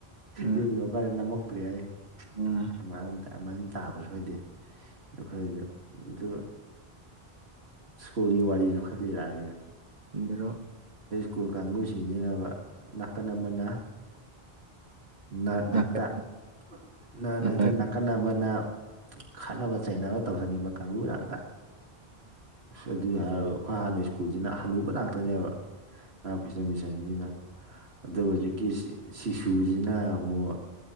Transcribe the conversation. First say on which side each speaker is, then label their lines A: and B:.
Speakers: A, on the right; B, on the right.
A: ꯎꯝ
B: ꯌꯨꯝ ꯌꯧꯔ ꯀꯥꯟꯗ ꯅꯝꯃꯛꯇ꯭꯭ꯔꯦ ꯍꯥꯏꯔꯤ
A: ꯎꯝ
B: ꯑꯗꯨꯃꯥꯏꯅ ꯇꯥꯕꯁꯨ ꯁꯣꯏꯗꯦ ꯑꯩꯈꯣꯏꯖꯦ ꯑꯗꯨ ꯁ꯭ꯀꯨꯜꯒꯤ ꯋꯥꯔꯤꯁꯨ ꯈ ꯂꯤꯔꯛꯑꯒꯦ
A: ꯂꯤꯔꯛꯑꯣ
B: ꯁꯀꯨꯜ ꯀꯥꯡꯕꯨ ꯁꯤꯡꯖꯤꯅꯕ ꯅꯥꯀꯟ ꯑꯃꯅ ꯅꯠ ꯉꯛꯇ
A: ꯅꯥꯀꯟ
B: ꯅꯅꯥꯠ
A: ꯑꯅꯧꯕ
B: ꯉꯛꯇ ꯅꯥꯀꯟꯅꯕꯅ ꯈꯠꯅꯕ ꯆꯩꯅꯕ ꯇꯧꯖꯅꯤꯡꯕ ꯀꯥꯡꯕꯨ ꯅꯥꯛꯇ ꯑꯗꯨꯒꯤ ꯍꯥꯏꯔꯒ ꯑꯩꯈꯣꯏ ꯍꯥꯟꯅ ꯁ꯭ꯀꯨꯜꯁꯤꯅ ꯍꯟꯅꯨꯕ ꯉꯥꯛꯇꯅꯦꯕ ꯔꯥꯝ ꯀ꯭ꯔꯤꯁꯅ ꯃꯤꯁꯟꯁꯤꯅ ꯑꯗ ꯍꯧꯖꯤꯛꯀꯤ ꯁꯤꯁꯨꯁꯤꯅ ꯑꯃꯨꯛ